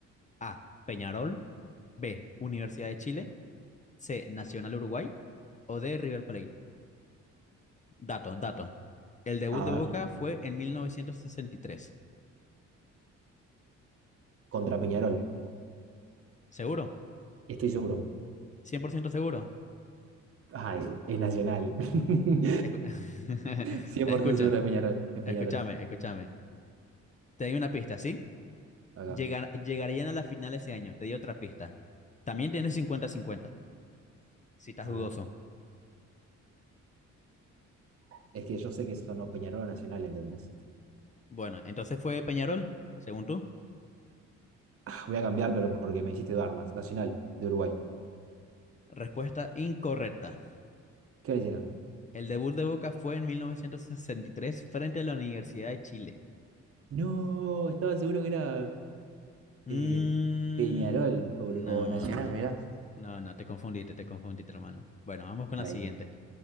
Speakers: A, on the left; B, on the right.
A: A. Peñarol. B. Universidad de Chile. C. Nacional Uruguay. O D. River Plate. Dato, dato. El debut
B: A
A: de
B: ver,
A: Boca fue en 1963.
B: contra Peñarol.
A: ¿Seguro?
B: Estoy seguro.
A: cien por ciento seguro?
B: Ay, es Nacional. <laughs>
A: Escu- <laughs>
B: cien
A: Escucha,
B: por ciento seguro es Peñarol. Es
A: escúchame,
B: Peñarol.
A: escúchame. Te di una pista, ¿sí?
B: Acá.
A: Llegar- llegarían a la final ese año. Te di otra pista. También tienes cincuenta cincuenta si estás
B: A
A: dudoso.
B: ver. Es que yo sé que son o Peñarol o Nacional, ¿entendés?
A: Bueno, entonces fue Peñarol, según tú.
B: Ah, Voy a cambiar, pero porque me hiciste dudar más. Nacional, de Uruguay.
A: Respuesta incorrecta.
B: ¿Qué le hicieron?
A: El debut de Boca fue en 1963 frente a la Universidad de Chile.
B: No, estaba seguro que era
A: Mm,
B: eh, Peñarol o,
A: no,
B: o Nacional,
A: no.
B: mira.
A: No, no, te confundiste, te confundiste, hermano. Bueno, vamos con
B: Mal
A: la siguiente.
B: ahí.